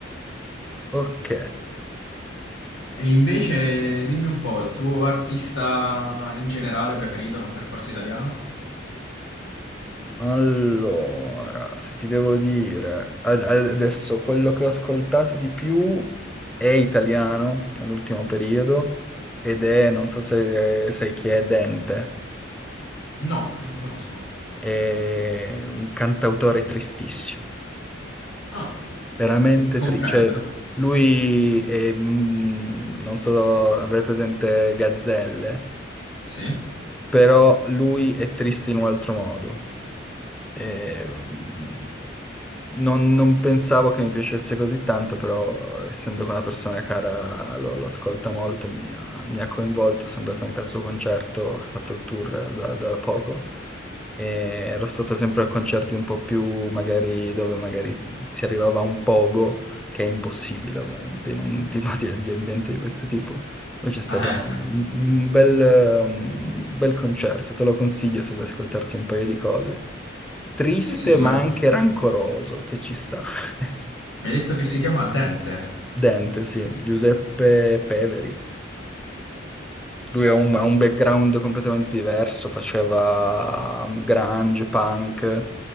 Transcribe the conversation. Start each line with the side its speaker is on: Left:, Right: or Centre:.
Centre: Ok.
Left: E invece dimmi un po', il tuo artista in generale preferito, non per forza italiano?
Centre: Allora, se ti devo dire, ad- ad- adesso quello che ho ascoltato di più è italiano nell'ultimo periodo ed è, non so se sai chi è, Dente,
Left: No, non conosco.
Centre: è un cantautore tristissimo,
Left: Ah,
Centre: veramente
Left: comprendo.
Centre: triste, cioè lui è, mm, non so, avrai presente Gazzelle,
Left: Sì?
Centre: però lui è triste in un altro modo. Ehm, Non, non pensavo che mi piacesse così tanto, però essendo che una persona cara lo, lo ascolta molto, mi ha, mi ha coinvolto, sono andato anche al suo concerto, che ha fatto il tour da, da poco e ero stato sempre a concerti un po' più magari dove magari si arrivava a un pogo, che è impossibile ovviamente in un <laughs> tipo di, di ambiente di questo tipo. Invece è stato
Left: Eh,
Centre: una- un, un bel, un bel concerto, te lo consiglio se vuoi ascoltarti un paio di cose triste
Left: sì, sì, guarda.
Centre: ma anche rancoroso, che ci sta. <laughs>
Left: Mi hai detto che si chiama Dente.
Centre: Dente, sì, Giuseppe Peveri. Lui ha un, ha un background completamente diverso, faceva um, grunge, punk,